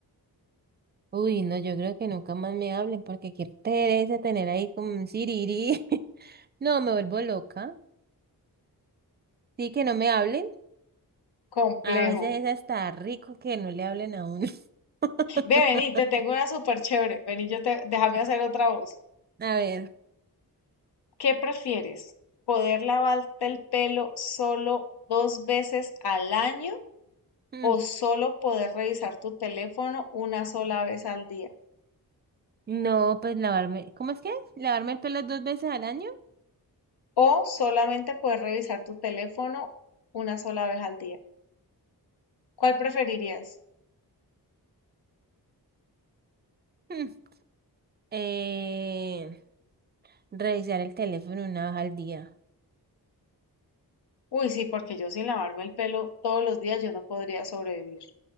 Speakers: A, on the right; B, on the left.
A: Uy, no, yo creo que nunca más me hablen porque qué pereza tener ahí como un siriri. <laughs> No, me vuelvo loca. Sí, que no me hablen.
B: Complejo.
A: A veces es hasta rico que no le hablen a uno. <laughs>
B: Ve, vení, te tengo una súper chévere. Vení, yo te, déjame hacer otra voz.
A: A ver.
B: ¿Qué prefieres? ¿Poder lavarte el pelo solo dos veces al año
A: mm,
B: o solo poder revisar tu teléfono una sola vez al día?
A: No, pues lavarme. ¿Cómo es que es? ¿Lavarme el pelo dos veces al año?
B: o solamente poder revisar tu teléfono una sola vez al día. ¿Cuál preferirías?
A: Mm, eh, revisar el teléfono una vez al día.
B: Uy, sí, porque yo sin lavarme el pelo todos los días yo no podría sobrevivir.